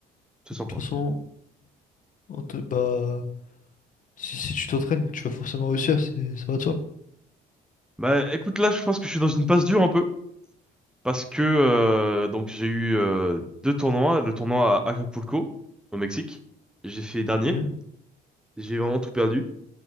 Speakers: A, in the centre; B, on the left.
A: C'est sympa.
B: toute façon, En te- bah, si, si tu t'entraînes, tu vas forcément réussir, c'est, ça va de soi.
A: Bah écoute, là, je pense que je suis dans une passe dure un peu. Parce que euh, donc j'ai eu euh, deux tournois. Le tournoi à Acapulco, au Mexique. J'ai fait dernier.
B: Ok.
A: J'ai vraiment tout perdu.